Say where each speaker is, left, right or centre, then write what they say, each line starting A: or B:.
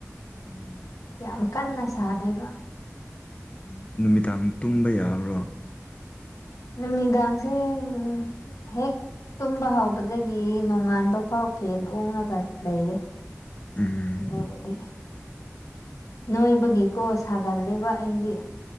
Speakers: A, on the left (about 25°); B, on the left (about 80°).
A: ꯎꯝ
B: ꯌꯥꯝ ꯀꯟꯅ ꯁꯥꯗꯦꯕ
A: ꯎꯝ ꯅꯨꯃꯤꯗꯥꯡ ꯇꯨꯝꯕ ꯌꯥꯕ꯭ꯔꯣ
B: ꯅꯨꯃꯤꯗꯥꯡꯁꯦ ꯎꯝ ꯍꯦꯛ ꯇꯨꯝꯕ ꯍꯥꯎꯕꯗꯒꯤ ꯅꯣꯡꯉꯥꯟꯕ ꯐꯥꯎ ꯐꯦꯟ ꯎꯨꯡꯉꯒ ꯂꯩꯔꯦ
A: ꯎꯝ
B: ꯑꯗꯨꯕꯨꯗꯤ ꯅꯣꯏꯕꯒꯤꯀꯣ ꯁꯥꯒꯜꯂꯦꯕ ꯑꯩꯗꯤ